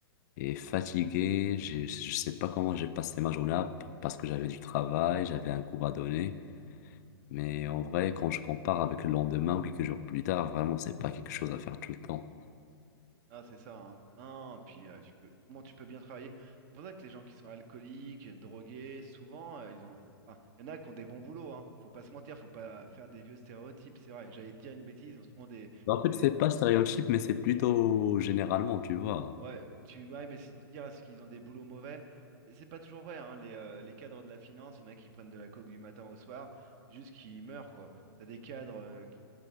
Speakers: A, on the left; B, on the right.
A: et fatigué, j'ai- je sais pas comment j'ai passé ma journée, parce que j'avais du travail, j'avais un cours à donner. Mais en vrai, quand je compare avec le lendemain ou quelques jours plus tard, vraiment, c'est pas quelque chose à faire tout le temps.
B: Ah, c'est ça, hein. Ah, puis euh, tu peux, comment tu peux bien travailler? C'est pour ça que les gens qui sont alcooliques, drogués, souvent, euh, ils ont. Enfin, il y en a qui ont des bons boulots, hein. Faut pas se mentir, faut pas faire des vieux stéréotypes, c'est vrai. J'allais te dire une bêtise, ils ont souvent des,
A: En fait,
B: des,
A: c'est pas stéréotype, mais c'est plutôt généralement, tu vois.
B: Ouais, tu, ouais, mais c'est tu dis est-ce qu'ils ont des boulots mauvais, c'est c'est pas toujours vrai, hein, les, euh, les cadres de la finance, il y en a qui prennent de la coke du matin au soir, c'est juste qu'ils meurent, quoi. T'as des cadres euh, qui